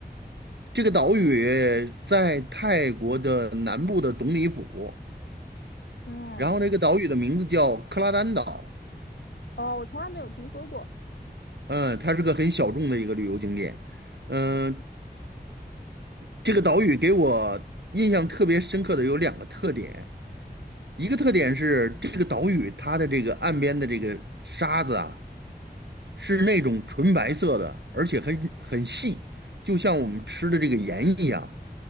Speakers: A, on the right; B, on the left.
A: 这个岛屿在泰国的南部的董里府，
B: 嗯，
A: 然后那个岛屿的名字叫克拉丹岛，
B: 哦，我从来没有听说过。
A: 嗯，它是个很小众的一个旅游景点，嗯，这个岛屿给我印象特别深刻的有两个特点，一个特点是这个岛屿它的这个岸边的这个沙子啊，是那种纯白色的，而且很很细，就像我们吃的这个盐一样，